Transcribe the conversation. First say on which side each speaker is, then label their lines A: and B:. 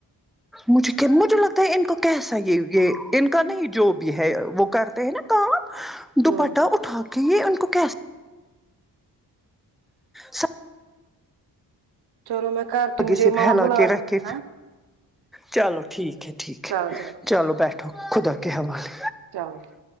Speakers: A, in the centre; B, on the right.
A: مجھے مجھے لگتا ہے ان کو کیسا یہ یہ ان کا نہیں جو بھی ہے وہ کرتے ہیں نا کام دوپٹہ
B: ہوں
A: اٹھا کے یہ ان کو کیس سر
B: چلو میں کرتی ہوں
A: آگے
B: مجھے
A: سے
B: مما
A: پھیلا
B: بلا
A: کے
B: رہی
A: رکھ کے
B: ہے ہاں
A: چلو ٹھیک ہے ٹھیک
B: چلو
A: ہے
B: چلو
A: چلو بیٹھو خدا کے حوالے
B: چلوونگی